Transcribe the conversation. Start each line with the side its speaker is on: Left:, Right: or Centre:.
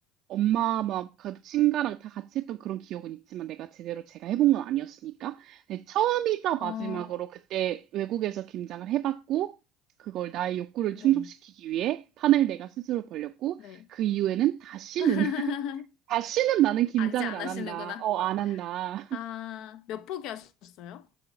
Right: 엄마 막 그 친가랑 다 같이 했던 그런 기억은 있지만 내가 제대로 제가 해본 건 아니었으니까. 근데 처음이자
Left: 어,
Right: 마지막으로 그때 외국에서 김장을 해봤고 그걸 나의 욕구를
Left: 네.
Right: 충족시키기 위해 판을 내가 스스로 벌렸고
Left: 네.
Right: 그 이후에는 다시는
Left: <laughs>
Right: <laughs> 다시는 나는 김장을
Left: 아, 이제 안
Right: 안
Left: 하시는구나.
Right: 한다. 어, 안 한다.
Left: 아, 몇 포기 하셨어요?